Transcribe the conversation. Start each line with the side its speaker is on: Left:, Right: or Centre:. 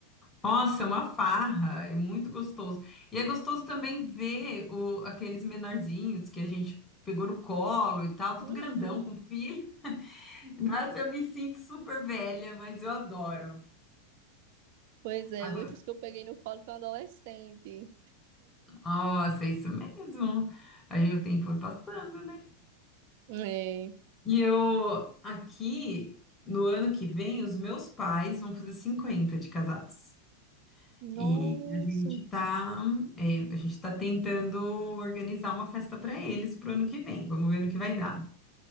Left: Nossa, é uma farra, é muito gostoso. E é gostoso também ver o, aqueles menorzinhos que a gente pegou no colo e tal, tudo
Right: Uhum.
Left: grandão com filho. <laughs> Nossa, eu me sinto super velha, mas eu adoro.
Right: Pois é,
Left: Agora,
Right: hoje os que eu peguei no colo estão adolescente.
Left: nossa, é isso mesmo. Aí o tempo foi passando, né?
Right: É,
Left: E eu, aqui, no ano que vem, os meus pais vão fazer 50 de casados. E
Right: Nossa.
Left: a gente tá, é, a gente tá tentando organizar uma festa para eles pro ano que vem. Vamos ver no que vai dar.